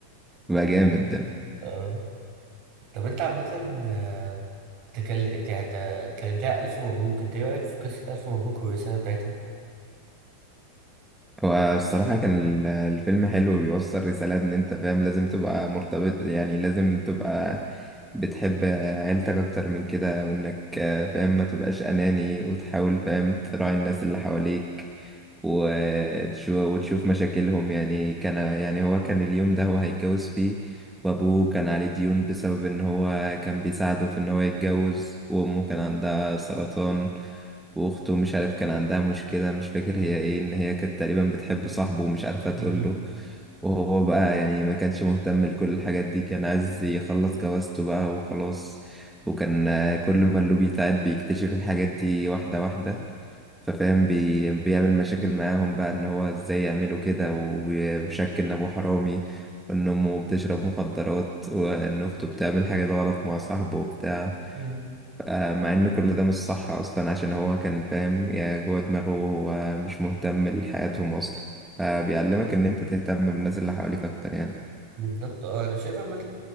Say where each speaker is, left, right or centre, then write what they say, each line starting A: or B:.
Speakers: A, in the centre; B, on the right.
A: بقى جامد ده
B: اه طب انت عامة آه، تكل... يعني انت كانت لها ألف مبروك انت ايه رأيك في قصة ألف مبروك والرسالة بتاعتها؟
A: هو الصراحة كان ال- الفيلم حلو وبيوصل رسالة إن أنت فاهم لازم تبقى مرتبط يعني لازم تبقى بتحب عيلتك أكتر من كده وإنك فاهم ما تبقاش أناني وتحاول فاهم تراعي الناس اللي حواليك وتشو- وتشوف مشاكلهم يعني كان يعني هو كان اليوم ده هو هيتجوز فيه وأبوه كان عليه ديون بسبب إن هو كان بيساعده في إن هو يتجوز وأمه كان عندها سرطان واخته مش عارف كان عندها مشكلة مش فاكر هي ايه ان هي كانت تقريبا بتحب صاحبه ومش عارفة تقول
B: مم.
A: له وهو بقى يعني ما كانش مهتم لكل الحاجات دي كان عايز يخلص جوازته بقى وخلاص وكان آه، كل ما اللي بيتعاد بيكتشف الحاجات دي واحدة واحدة ففاهم بي... بيعمل مشاكل معاهم بقى ان هو ازاي يعملوا كده وشك ان ابوه حرامي وان امه بتشرب مخدرات وان اخته بتعمل حاجات غلط مع صاحبه وبتاع
B: مم.
A: آه، مع ان كل ده مش صح اصلا عشان هو كان فاهم يا جوه دماغه هو مش مهتم لحياتهم اصلا آه، بيعلمك ان انت تهتم بالناس اللي حواليك اكتر يعني
B: بالظبط اه انا شايف عامة